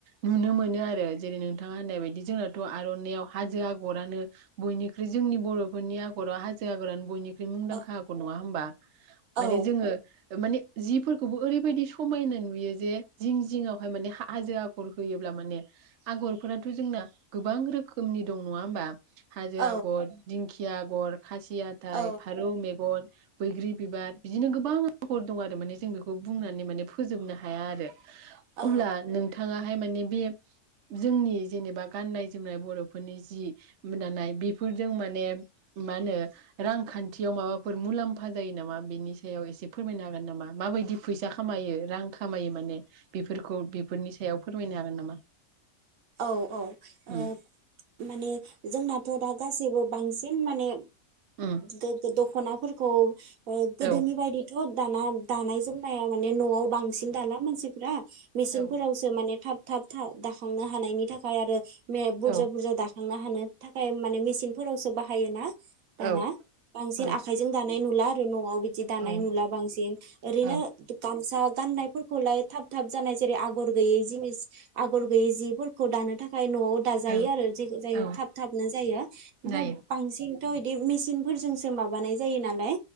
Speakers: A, on the right (about 65°); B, on the right (about 80°).
A: नुनो मोनो आरो जेरै नोंथाङा होननाय बायदि जोंनाथ' आर'नाइआव हाजो आग'रानो बयनिख्रुइ जोंनि बर'फोरनि आगराव हाजो आगरानो बयनिख ख्रुइ मुंदांखा
B: औ
A: आगर नङा होमबा माने
B: औ
A: जोङो माने जिफोरखौबो ओरैबायदि समायना नुयो जे जिं जिंआवहाय माने हाजो आगर होयोब्ला माने आगरफोराथ' जोंना गोबां रोखोमनि दं नङा होमबा हाजो
B: औ
A: आगर दिंखि या आगर खासि थाय
B: औ
A: फारौ मेगन बैग्रि बिबार बिदिनो गोबां आगर दं आरो माने जों बेखौ बुंनानै माने फोजोबनो हाया आरो
B: औ
A: अब्ला नोंथाङा बेहाय माने बे जोंनि जेनेबा गाननाय जोमनाय बर'फोरनि जि दानाय बेफोरजों माने मा होनो रांखान्थियाव माबाफोर मुलाम्फा जायो नामा बेनि सायाव एसे फोरमायनो हागोन नामा माबायदि फैसा खामायो रां खामायो माने बेफोरखौ बेफोरनि सायाव फोरमायनो हागोन नामा?
B: औ औ
A: उम
B: ओम माने जोंना थ' दा गासैबो बांसिन माने
A: उम
B: दो दख'नाफोर औस गोदोनि
A: औ
B: बायदिथ' थ' दाना दानाय जोमनाया माने न'आव बांसिन दाला मानसिफ्रा मेचिनफोरावसो
A: औ
B: माने थाब थाब था दाखांनो हा हानायनि थाखाय आरो मे बुरजा
A: औ
B: बुरजा दा थांनो हानो थाखाय माने मेचिनफोरावसो बाहायो ना दाना
A: औ
B: बांसिन
A: औ
B: आखाइजों दानाय नुला आरो न'आव बिदि दानाय
A: औ
B: नुला बांसिन ओरैनो
A: औ
B: गामसा गाननायफोरखौलाय थाब थाब जानाय जेरै आगर गैयै जिनिस आगर गैयै जि फोरखौ दानो थाख खाय न'आव दाजायो
A: औ
B: आरो जेखो जाय
A: औ
B: थाब थाबनो जायो ओमफ्राय
A: जायो
B: बांसिन थ' इदि मेचिनफोरजोंसो माबानाय जायो नालाय